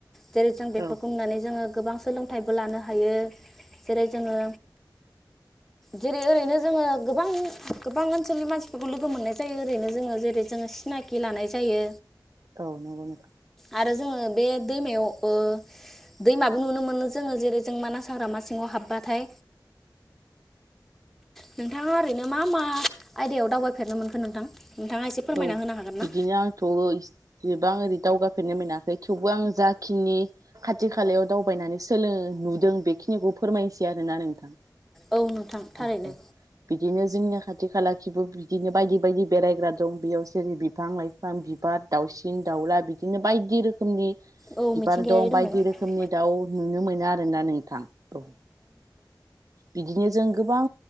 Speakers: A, in the centre; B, on the right.
A: जेरै जों बेफोरखौ
B: औ
A: नुनानै जोङो गोबां सोलों फिथाइबो लानो हायो जेरै जोङो जेरै ओरैनो जोङो गोबां गोबां ओनसोलनि मानसिफोरखौ लोगो मोननाय जायो ओरैनो जोङो जेरै जोङो सिनाखि लानाय जायो
B: औ नंगौ नोथां
A: आरो जोङो बे दैमायाव दैमाबो नुनो मोनो जोङो जेरै जों मानास हाग्रा मा सिङाव हाबबाथाय नोंथाङा ओरैनो मा मा आयदायाव दावबायफेरनो मोनखो नोंथां नोंथाङा एसे फोरमायना
B: औ
A: होनो हागोन ना?
B: बिदिनो आंथ' इसेबां ओरै दावगा मोनाखै थेवबो आं जाग खिनि खाथि खालायाव दावबायनानै सोलो नुदों बेखिनिखौ फोरमायनोसै आरो ना नोंथां
A: औ नोंथां थारैनो
B: औ औ बिदिनो जोंनि खाथि खाला खिब बि बिदिनो बायदि बायदि बेरायग्रा बेयाव जेरै बिफां लाइफां बिबार दाउसिन दाउला बिदिनो बायदि रोखोमनि
A: औ
B: बिबार
A: मिथिंगायारि
B: दं
A: दङ।
B: बायदि
A: बिबार
B: रोखोमनि
A: दं,
B: दाउ नुनो मोना आरोना नोंथां औ बिदिनो जों गोबां